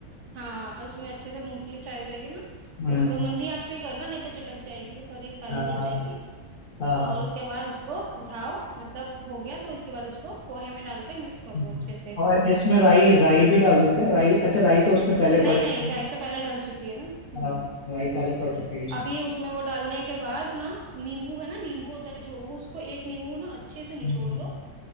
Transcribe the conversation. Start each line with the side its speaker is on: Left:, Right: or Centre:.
Right: हाँ और उसमें अच्छे से मूंगफली फ्राई हो जाएगी ना
Left: हम्म,
Right: उसके बाद मंदी आंच पे ही करना नहीं तो चटक जाएगी वो सॉरी काली
Left: हाँ हाँ
Right: पड़ जाएंगी
Left: हाँ
Right: और
Left: हाँ,
Right: उसके बाद इसको उठाओ मतलब हो गया तो इसके बाद इसको पोहे में डाल के मिक्स कर
Left: हम्म।
Right: लो अच्छे से
Left: और इसमें राई राई भी डाल दूँ क्या राई अच्छा राई तो उसमें पहले
Right: नहीं
Left: पड़ चुकी
Right: नहीं राई तो पहले डल चुकी है ना हम्म
Left: है। हाँ राई पहले पड़ चुकी है उसमें।
Right: अभी उसमें वो डालने के बाद ना नींबू है ना नींबू होता है जो वो उसको एक नींबू ना अच्छे से निचोड़
Left: हम्म,
Right: लो